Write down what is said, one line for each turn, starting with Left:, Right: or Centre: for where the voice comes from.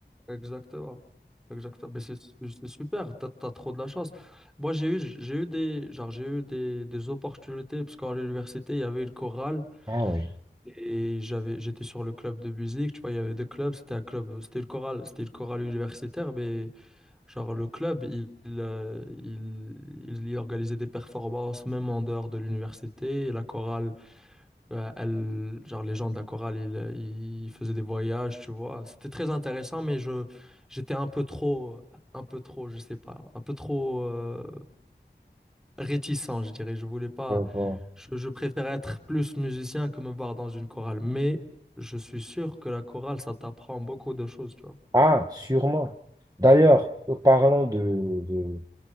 Centre: Exactement. Exactement. Mais c'est c'est- super, t'as, t'as trop de la chance. Moi, j'ai eu, j'ai eu des, genre, j'ai eu des, des opportunités, parce qu'à l'université, il y avait une chorale,
Right: Ah oui.
Centre: et j'avais, j'étais sur le club de musique, tu vois, il y avait deux clubs, c'était un club, c'était une chorale, c'était une chorale universitaire, mais genre, le club, il, il, euh, il, il- il organisait des performances, même en dehors de l'université, et la chorale Euh, elle, genre les gens de la chorale, ils, ils faisaient des voyages, tu vois. C'était très intéressant, mais je, j'étais un peu trop, un peu trop, je sais pas, un peu trop euh, réticent, je dirais. Je voulais pas,
Right: Donc, euh,
Centre: je, je préférais être plus musicien que me voir dans une chorale. Mais je suis sûr que la chorale, ça t'apprend beaucoup de choses, tu vois.
Right: Ah, sûrement. D'ailleurs, euh, parlons de, de,